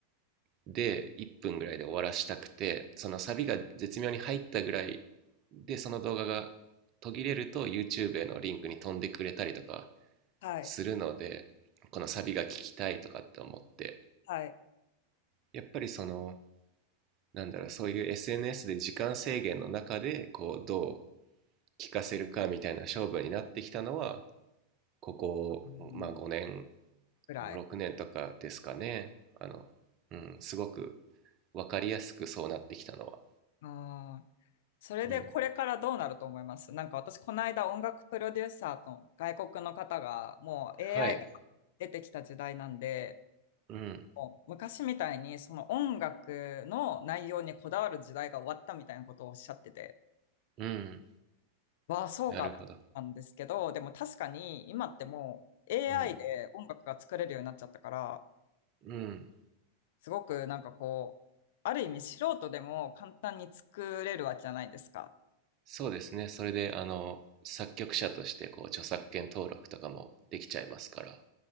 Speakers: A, on the right (about 35°); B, on the left (about 50°).
A: で1分ぐらいで終わらしたくて、そのサビが絶妙に入ったぐらいで、その動画が途切れると YouTube へのリンクに飛んでくれたりとか
B: はい。
A: するので、このサビが聞きたいとかって思って、
B: はい。
A: やっぱりその、なんだろう、そういう SNS で時間制限の中で、こう、どう聞かせるかみたいな勝負になってきたのは、ここ、
B: うん。
A: まあ5年
B: ぐらい。
A: 6年とかですかねあの、うん、すごく分かりやすくそうなってきたのは、
B: ああ。それでこれからどうなると思いますなんか私、
A: うん、
B: この間音楽プロデューサーと外国の方が、もう AI
A: はい
B: が出てきた時代なんで、
A: うん
B: もう昔みたいにその音楽の内容にこだわる時代が終わったみたいなことをおっしゃってて。
A: うん
B: わあ、そうかと思ったんですけど、
A: なるほど
B: でも確かに今ってもう AI
A: うん
B: で音楽が作れるようになっちゃったから、
A: うん
B: すごくなんかこう、ある意味素人でも簡単に作れるわけじゃないですか。
A: そうですねそれであの作曲者としてこう著作権登録とかもできちゃいますから